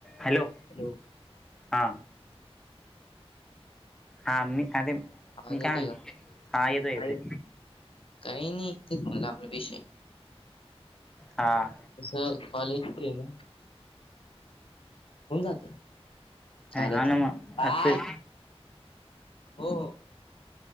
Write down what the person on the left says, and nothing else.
hello
आवाज
येतोय
का?
काय येत काही नाही ते झालं आपला विषय
तसं कॉलेजच आहे ना होन जात
चाल
बाय
हो